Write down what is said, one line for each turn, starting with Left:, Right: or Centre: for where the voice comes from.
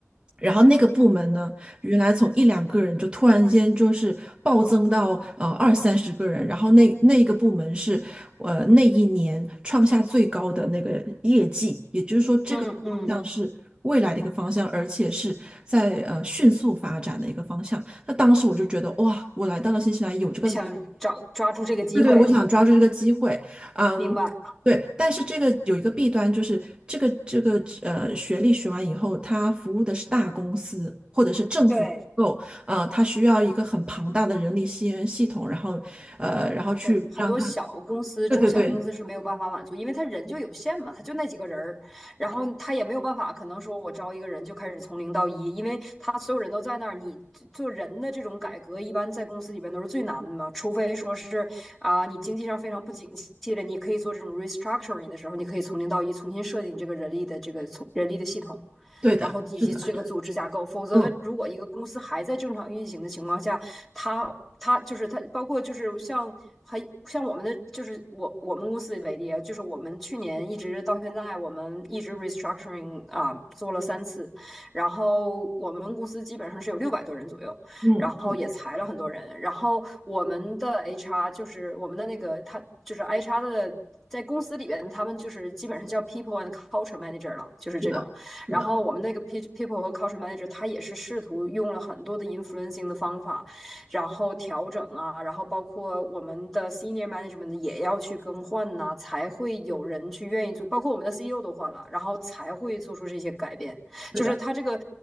Right: 然后那个部门呢，原来从一两个人就突然间就是暴增到呃二三十个人，然后那那一个部门是呃那一年创下最高的那个业绩，也
Centre: 嗯嗯，
Right: 像是未来的一个方向，而且是在呃迅速发展的一个方向。那当时我就觉得哇，我来到了新西兰有这个。
Centre: 就想找抓住这个机会，
Right: 对对，我想抓住这个机会，嗯，
Centre: 明白？
Right: 对，但是这个有一个弊端，就是这个这个呃，学历学完以后，他服务的是大公司或者是政府机构，
Centre: 对，
Right: 呃，他需要一个很庞大的人力资源系统，然后呃，然后去让他，
Centre: 对，很多小公司、
Right: 对对对，
Centre: 中小公司是没有办法满足，因为他人就有限嘛，他就那几个人儿，然后他也没有办法，可能说我招一个人就开始从零到一，因为他所有人都在那儿，你做人的这种改革，一般在公司里边都是最难的嘛，除非说是啊、你经济上非常不景气了，你可以做这种 restructuring 的时候，你可以从零到一重新设计你这个人力的这个从人力的系统，
Right: 对的，
Centre: 然后以及这个组织架构。
Right: 是的，
Centre: 否则，
Right: 嗯
Centre: 如果一个公司还在正常运行的情况下，它它就是它，包括就是像很像我们的，就是我我们公司为例啊，就是我们去年一直到现在，我们一直 restructuring 啊做了三次，然后我们公司基本上是有六百多人左右，
Right: 嗯嗯，
Centre: 然后也裁了很多人，然后我们的 HR 就是我们的那个他就是 HR 的。在公司里边，他们就是基本上叫 people and culture manager 了，就是这种。
Right: 是的，是的，
Centre: 然后我们那个 people 和 culture manager 他也是试图用了很多的 influencing 的方法，然后调整啊，然后包括我们的 senior management 也要去更换呐、啊才会有人去愿意做，包括我们的 CEO 都换了，然后才会做出这些改变，
Right: 对的，
Centre: 就是他这个。